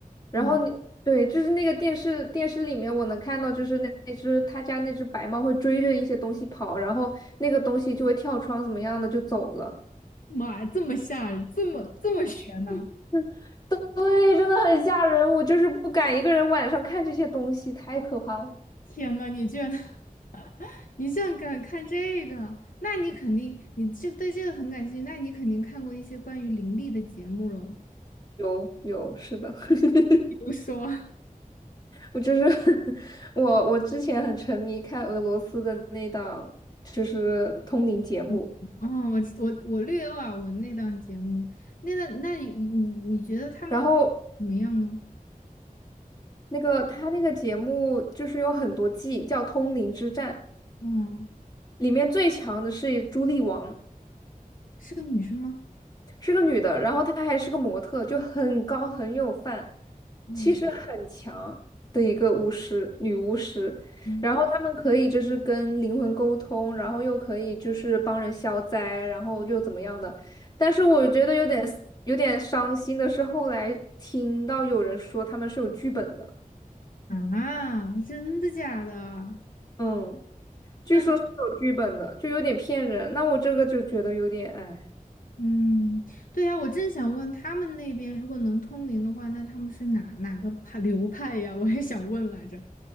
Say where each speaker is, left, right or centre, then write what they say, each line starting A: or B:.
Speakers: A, on the left (about 25°); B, on the left (about 65°).
A: 然后你对，
B: 哇，
A: 就是那个电视电视里面，我能看到，就是那那只他家那只白猫会追着一些东西跑，然后那个东西就会跳窗怎么样的就走了。
B: 妈呀，这么吓人，这么这么悬呐！
A: <laughs> 对，真的很吓人，我就是不敢一个人晚上看这些东西，太可怕了。
B: 天呐，你居然 <laughs>！你竟然敢看这个？那你肯定，你这对这个很感兴趣，那你肯定看过一些关于灵力的节目喽。
A: 有有，是的，<laughs>
B: 比如说，
A: 我就是 <laughs> 我我之前很沉迷看俄罗斯的那档就是通灵节目，
B: <laughs> 哦，我我我略有耳闻那档节目，那档那你你你觉得他们
A: 然后
B: 怎么样呢？
A: 那个他那个节目就是有很多季，叫《通灵之战》。
B: 嗯，
A: 里面最强的是朱莉王，
B: 是个女生吗？
A: 是个女的，然后她还是个模特，就很高很有范，
B: 嗯
A: 气势很强的一个巫师，女巫师。
B: 嗯
A: 然后她们可以就是跟灵魂沟通，然后又可以就是帮人消灾，然后又怎么样的。但是我觉得有点有点伤心的是，后来听到有人说他们是有剧本的，
B: 啊，真的假的？
A: 嗯，
B: 那
A: 据说是有剧本的，就有点骗人。那我这个就觉得有点哎。
B: 嗯，对呀，我正想问他们那边如果能通灵的话，那他们是哪哪个派流派呀？我也想问来着。